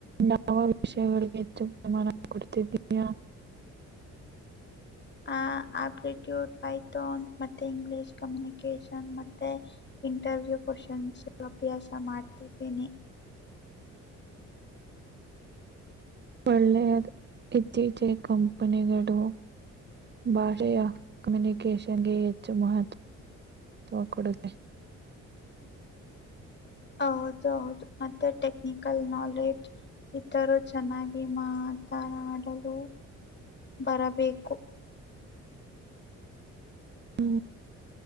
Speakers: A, on the right (about 35°); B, on the left (about 35°).
A: ಯಾವ ವಿಷಯಗಳಿಗೆ ಹೆಚ್ಚು ಪ್ರಮಾಣ ಕೊಡ್ತಿದಯಾ
B: ಆ ಆಪ್ಲಿಟ್ಯೂಡ್ ಪೈಥೋನ್ ಮತ್ತೆ ಇಂಗ್ಲಿೀಷ್ ಕಮ್ಯುನಿಕೇಶನ್ ಮತ್ತೆ ಇಂಟರ್ವ್ಯೂ ಕ್ವಶನ್ಸ್ ಅಭ್ಯಾಸ ಮಾಡ್ತಿದ್ದೇನಿ ಇಲ್ಲ
A: ಒಳ್ಳೆಯ ಇತ್ತೀಚೆಗೆ ಕಂಪನಿಗಳು ಭಾಷೆಯ ಕಮ್ಯುನಿಕೇಶನ್ಗೆ ಹೆಚ್ಚು ಮಹತ್ವ ಕೊಡುತ್ತೆ
B: ಹೌದ ಹೌದು ಮತ್ತೆ ಟೆಕ್ನಿಕಲ್ ನಾಲೆಜ್ ಈಥರ ಚೆನ್ನಾಗಿ ಮಾಡಿ ನಾ ಆಡಲು ಬರಬೇಕು
A: ಹೂ